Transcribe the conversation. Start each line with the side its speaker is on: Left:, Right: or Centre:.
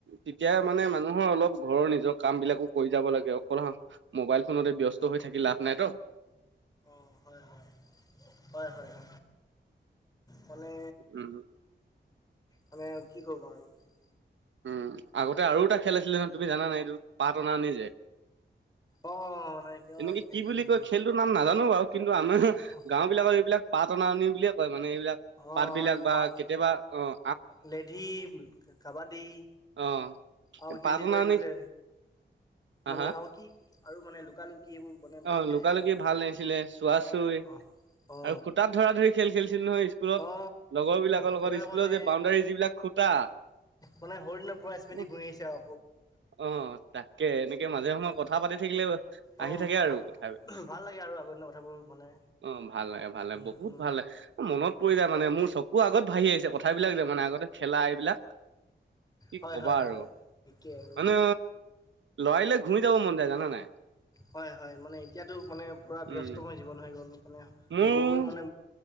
Right: তেতিয়া মানে মানুহৰ অলপ ঘৰৰ নিজৰ কাম বিলাকো কৰি যাব লাগে অকল মোবাইল ফোনতে ব্যস্ত হৈ থাকি লাভ নাই ত।
Left: অ হয় হয় হয় হয়। মানে
Right: উম
Left: মানে কি কৰিম আৰু সেই
Right: উম আগতে আৰু এটা খেল আছিলে নহয় তুমি জানা নাই এইটো পাত অনা নি যে
Left: অ মানে কিয়
Right: এনেকে
Left: খেলিছো
Right: কি বুলি
Left: খেলিছো
Right: কয় খেলটোৰ নাম নাজানো বাৰু কিন্তু আমাৰ
Left: অ
Right: গাঁও বিলাকৰ এইবিলাক পাত অনা অনি বুলিয়ে কয় মানে এইবিলাক
Left: অ
Right: পাত বিলাক
Left: হয়
Right: বা
Left: পাত
Right: কেতিয়াবা অহ
Left: লেধি কাবাডী
Right: অ
Left: আৰু কি
Right: পাত
Left: বুলি
Right: অনা
Left: কয় এইটো
Right: অনি
Left: যে
Right: হা
Left: মানে আৰু কি আৰু মানে লুকা লুকি এইবোৰ মানে বহুত
Right: অহ
Left: খেলিছিলো
Right: লুকা লুকি
Left: আগতে
Right: ভাল লাগিছিলে চোৱা চুই
Left: অ অ
Right: আৰু খুটাত ধৰা ধৰি খেল খেলছিল খেলিছিলো নহয় স্কুলত
Left: অ অ
Right: লগৰ বিলাকৰ লগত
Left: পুৰা
Right: স্কুলৰ
Left: মানে
Right: যে বাউণ্ডাৰী যিবিলাক খুঁটা
Left: মানে সৰুদিনৰ পুৰা স্মৃতি
Right: উম
Left: ঘূৰি আহিছে আৰু
Right: আহ তাকে এনেকে মাজে সময় কথা
Left: আকৌ
Right: পাতি থাকি আহি গৈ আহি
Left: অ অ ভাল লাগে
Right: থাকে আৰু কথাবিলাক
Left: আৰু আগৰদিনৰ কথাবোৰ মানে
Right: অহ ভাল লাগে ভাল লাগে
Left: উম
Right: বহুত
Left: উম
Right: ভাল লাগে মনত পৰি যায় মানে মোৰ চকু আগত বাঢ়ি আহিছে কথাবিলাক যে মানে আগতে খেলা এইবিলাক কি
Left: হয়
Right: কবা
Left: হয়
Right: আৰু
Left: হয় একেই আৰু
Right: মানে লৰালিলে ঘূৰি যাব মন যায় জানা নাই
Left: হয় হয় মানে এতিয়াতো মানে পূৰা ব্যস্তময়
Right: উম
Left: জীৱন হৈ গ'ল মানে
Right: মোৰ
Left: লগৰবোৰো মানে